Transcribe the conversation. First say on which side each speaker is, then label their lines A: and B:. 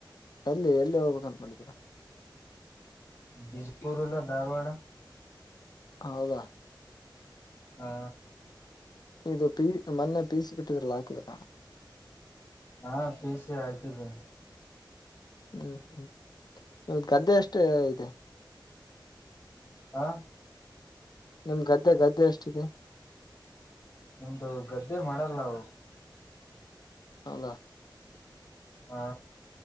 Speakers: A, on the left (about 55°); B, on the left (about 30°).
A: ಅಲ್ಲಿ ಎಲ್ಲಿ ಹೋಗ್ಬೇಕಂತ ಮಾಡಿದೀರ
B: ಬಿಜಾಪುರ ಇಲ್ಲ ಧಾರವಾಡ
A: ಹೌದಾ
B: ಹಾ
A: ಇದು ಪೀ ಮೊನ್ನೆ ಪೀಸ ಬಿಟ್ಟಿದ್ರಲ್ಲ ಹಾಕಿದ ಕಣ
B: ಹಾ ಪೀಸ್ ಯ ಆಗಿ ದಿನ
A: ಹ್ಮ್ ಹ್ಮ್ ನಿಮ್ದ ಗದ್ದೆ ಅಷ್ಟೇ ಇದೆ
B: ಹಾ
A: ನಿಮ್ ಗದ್ದೆ ಗದ್ದೆ ಎಷ್ಟಿದೆ
B: ನಮ್ದು ಗದ್ದೆ ಮಾಡಲ್ಲ ಅವು
A: ಹೌದಾ
B: ಹಾ